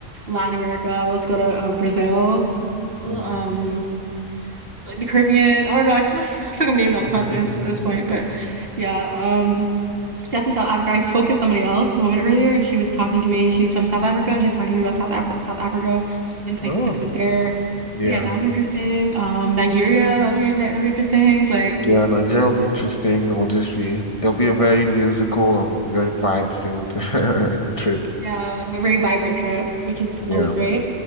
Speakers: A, on the right (about 50°); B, on the left (about 25°).
A: Latin America. I would love to go to um, Brazil, well,
B: mm.
A: um, like the Caribbean. I don't know. I feel like <laughs> I feel like I'm naming all the continents
B: <laughs>
A: at this point, but yeah, um definitely South Africa. I spoke to somebody else, the woman earlier, and she was talking to me. She's from South Africa, and she was talking to me about South Af South Africa and places
B: Oh,
A: to visit there.
B: yeah.
A: So yeah, that would be interesting. Um, Nigeria, that would be that would be interesting. Like,
B: Yeah, Nigeria will be
A: um,
B: interesting. It'll just be it'll be a very musical and very vibe-filled <laughs> trip.
A: yeah, a very vibrant trip, which is
B: Yeah.
A: always great.